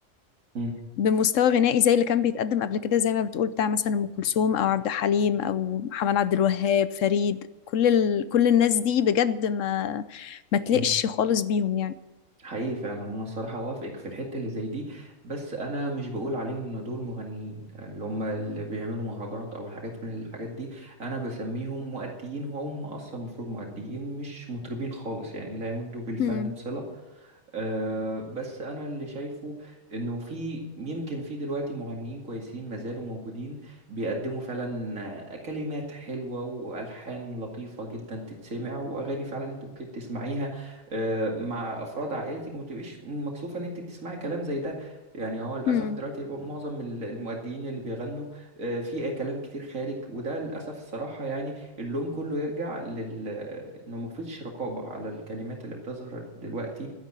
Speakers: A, on the right; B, on the left.
A: مم.
B: بمستوى غنائي زي اللي كان بيتقدم قبل كده زي ما بتقول بتاع مثلا ام كلثوم او عبد الحليم او محمد عبد الوهاب فريد كل ال... كل الناس دي بجد ما ما تليقش
A: مم.
B: خالص بيهم يعني
A: حقيقي فعلا انا الصراحه اوافقك في الحته اللي زي دي بس انا مش بقول عليهم ان دول مغنيين اللي هم اللي بيعملوا مهرجانات او الحاجات من الحاجات دي انا بسميهم مؤديين وهم اصلا المفروض مؤديين مش مطربين خالص يعني لا يمدوا بالفن
B: مم.
A: بصله أه بس انا اللي شايفه انه في يمكن في دلوقتي مغنيين كويسين ما زالوا موجودين بيقدموا فعلا آه، كلمات حلوة والحان لطيفة جدا تتسمع واغاني فعلا انت ممكن تسمعيها أه مع افراد عائلتك وما تبقيش مكسوفة ان انت بتسمعي كلام زي ده يعني هو للاسف
B: مم.
A: دلوقتي بقى معظم ال- المؤديين اللي بيغنوا أه في كلام كتير خارج وده للاسف الصراحة يعني اللوم كله يرجع لل انه مفيش رقابة على الكلمات اللي بتظهر دلوقتي